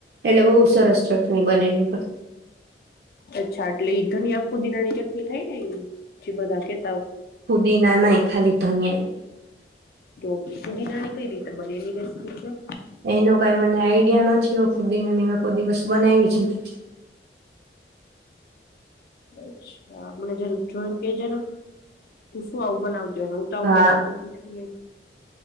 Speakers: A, on the right (about 60°); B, on the left (about 55°).
A: એટલે બહુ સરસ ચટણી બને એની.
B: અચ્છા એટલે ઈ ધનિયા પુદીનાની ચટણી થાય ને? જે બધા કે
A: પુદી ના નહી ખાલી ધનીયા.
B: તો પુદીના ની કઈ રીતે બને એની રેસીપી કયો.
A: એનો કઈ મને આઈડિયા નથી હો ફુદીનાની મેં કોઈ દિવસ બનાવી છે નથી.
B: અચ્છા મને જરા <inaudible> કે જે ને તું શું આવું બનાવ જો હું તો હું
A: હા
B: કઈ બનાવતી છું નહી. <unintelligible>